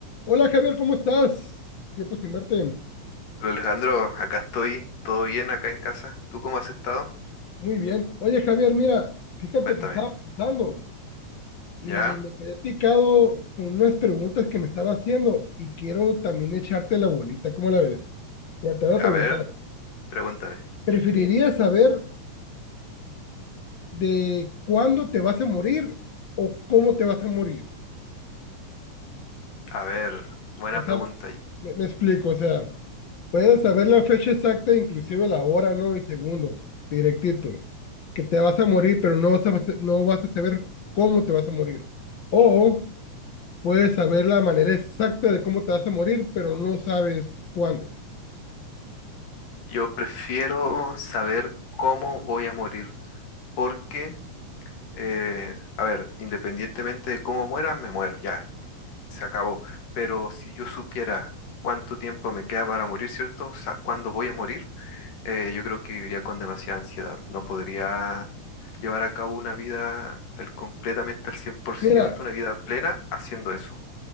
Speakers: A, on the left; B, on the left.
A: Hola Javier, ¿cómo estás? Tiempo sin verte.
B: Hola Alejandro, acá estoy, todo bien acá en casa. ¿Tú cómo has estado?
A: Muy bien. Oye Javier, mira, fíjate
B: Cuéntame.
A: que estaba pensando y
B: Ya,
A: me quedé picado con unas preguntas que me estaba haciendo y quiero también echarte la bolita, ¿cómo la ves? Ya te voy a
B: a
A: preguntar,
B: ver, pregúntame.
A: ¿preferirías saber de cuándo te vas a morir o cómo te vas a morir?
B: A ver, buena
A: O
B: pregunta.
A: sea, me, me explico, o sea, Puedes saber la fecha exacta, inclusive la hora, ¿no? Y segundo, directito. Que te vas a morir, pero no vas a, no vas a saber cómo te vas a morir. O puedes saber la manera exacta de cómo te vas a morir, pero no sabes cuándo.
B: Yo prefiero saber cómo voy a morir, porque, eh, a ver, independientemente de cómo muera, me muero, ya, se acabó. Pero si yo supiera cuánto tiempo me queda para morir, ¿cierto? O sea, ¿cuándo voy a morir? Eh, yo creo que viviría con demasiada ansiedad. No podría llevar a cabo una vida al- completamente al 100%
A: Mira,
B: una vida plena haciendo eso.